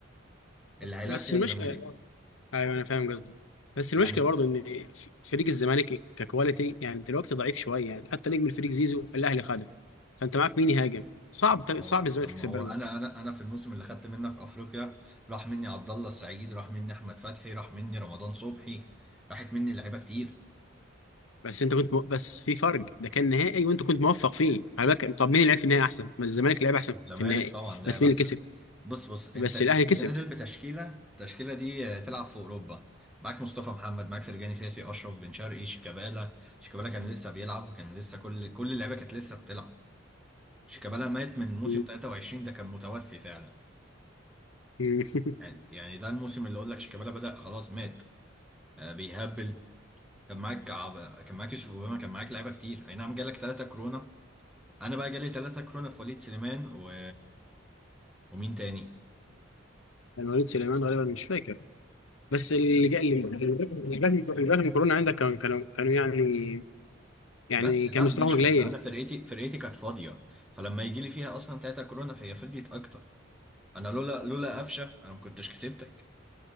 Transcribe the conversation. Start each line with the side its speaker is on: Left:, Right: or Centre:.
Centre: اللي هيلاعب
Left: بس
Centre: فيها
Left: المشكله
Centre: الزمالك
Left: ايوه انا فاهم قصدك بس
Centre: يعني
Left: المشكله برضه ان فريق الزمالك ككواليتي يعني دلوقتي ضعيف شويه يعني حتى نجم الفريق زيزو الاهلي خده فانت معاك مين يهاجم صعب
Centre: طب ما
Left: صعب
Centre: هو
Left: الزمالك
Centre: طب
Left: يكسب
Centre: ما هو
Left: بيراميدز
Centre: أنا أنا أنا في الموسم اللي خدت منك أفريقيا راح مني عبد الله السعيد راح مني أحمد فتحي راح مني رمضان صبحي راحت مني لعيبة كتير
Left: بس انت كنت م... بس في فرق ده كان نهائي وانت كنت موفق فيه على بالك طب مين اللي لعب في النهائي احسن ما الزمالك لعب احسن
Centre: الزمالك
Left: في النهائي
Centre: طبعا لعب
Left: بس مين
Centre: احسن
Left: اللي كسب
Centre: بص بص
Left: بس
Centre: انت انت
Left: الاهلي
Centre: كنت
Left: كسب
Centre: نازل بتشكيله التشكيله دي آه، تلعب في اوروبا معاك مصطفى محمد معاك فرجاني ساسي اشرف بن شرقي شيكابالا شيكابالا كان لسه بيلعب وكان لسه كل كل اللعيبه كانت لسه بتلعب شيكابالا مات من موسم
Left: مم.
Centre: 23 ده كان متوفي فعلا
Left: <laughs>
Centre: يعني يعني ده الموسم اللي اقول لك شيكابالا بدأ خلاص مات آه، بيهبل كان معاك عب... كان معاك يوسف اوباما كان معاك لعيبه كتير اي نعم جالك ثلاثه كورونا انا بقى جالي ثلاثه كورونا في وليد سليمان و... ومين تاني
Left: كان وليد سليمان غالبا مش فاكر بس اللي جا اللي اللي جات اللي جات من كورونا عندك كانوا كانوا كانوا يعني يعني
Centre: بس
Left: كان
Centre: لا
Left: مستواهم
Centre: ماشي
Left: قليل
Centre: بس انا فرقتي فرقتي كانت فاضيه فلما يجي لي فيها اصلا تلاته كورونا فهي فضيت اكتر انا لولا لولا قفشه انا ما كنتش كسبتك